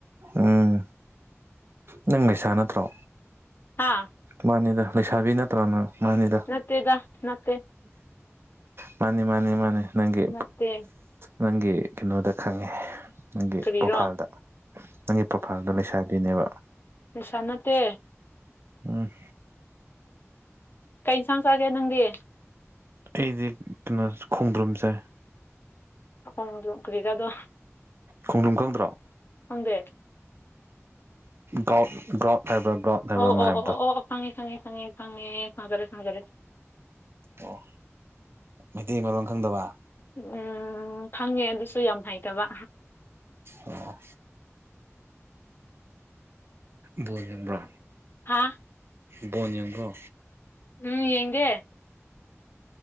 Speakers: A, on the right; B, on the left.
A: ꯎꯝ ꯅꯪ ꯂꯩꯩꯁꯥ ꯅꯠꯇ꯭ꯔꯣ
B: ꯍꯥꯥ
A: ꯃꯥꯅꯤꯗ ꯂꯩꯁꯥꯕꯤ ꯅꯠꯇ꯭ꯔꯣ ꯅ ꯃꯥꯅꯤꯗ
B: ꯅꯠꯇꯦꯗ ꯅꯠꯇꯦ
A: ꯃꯥꯅꯦ ꯃꯥꯅꯦ ꯃꯥꯅꯦ ꯅꯪꯒꯤ
B: ꯅꯠꯇꯦ
A: ꯅꯪꯒꯤ ꯀꯩꯅꯣꯗ ꯈꯪꯉꯦ ꯅꯪꯒꯤ
B: ꯀꯔꯤꯔꯣ
A: ꯄ꯭ꯔꯣꯐꯥꯏꯜꯗ ꯅꯪꯒꯤ ꯄ꯭ꯔꯣꯐꯥꯏꯜꯗꯣ ꯂꯩꯁꯥꯕꯤꯅꯦꯕ
B: ꯄꯩꯁꯥ ꯅꯠꯇꯦ
A: ꯎꯝ
B: ꯀꯩ ꯏꯟꯁꯥꯡ ꯆꯥꯒꯦ ꯅꯪꯗꯤ
A: ꯑꯩꯗꯤ ꯀꯩꯅꯣ ꯈꯣꯡꯗ꯭ꯔꯨꯝ ꯆꯥꯏ
B: ꯈꯣꯡꯗ꯭ꯔꯨꯝ ꯀꯔꯤꯔꯗꯣ
A: ꯈꯣꯡꯗ꯭ꯔꯨꯝ ꯈꯪꯗ꯭ꯔꯣ
B: ꯈꯪꯗꯦ
A: ꯒꯥꯎ ꯒ꯭ꯔꯥꯎꯠ ꯍꯥꯏꯕ꯭ꯔꯥ ꯒ꯭ꯔꯥꯎꯠ ꯍꯥꯏꯕ꯭ꯔꯥ
B: ꯑꯣ
A: ꯑꯃ
B: ꯑꯣ
A: ꯍꯥꯏꯕꯗꯣ
B: ꯑꯣ ꯑꯣ ꯑꯣ ꯑꯣ ꯐꯪꯉꯦ ꯐꯪꯉꯦ ꯐꯪꯉꯦ ꯐꯪꯉꯦ ꯊꯖꯔꯦ ꯊꯖꯔꯦ
A: ꯑꯣ ꯃꯩꯇꯩ ꯃꯔꯣꯟ ꯈꯪꯗꯕ
B: ꯎꯝ ꯈꯪꯉꯦ ꯑꯗꯨꯁꯨ ꯌꯥꯝ ꯍꯩꯇꯕ
A: ꯑꯣ ꯕꯣꯟ ꯌꯦꯡꯕ꯭ꯔꯣ
B: ꯍꯥ
A: ꯕꯣꯟ ꯌꯦꯡꯕ꯭ꯔꯣ
B: ꯎꯝ ꯌꯦꯡꯗꯦ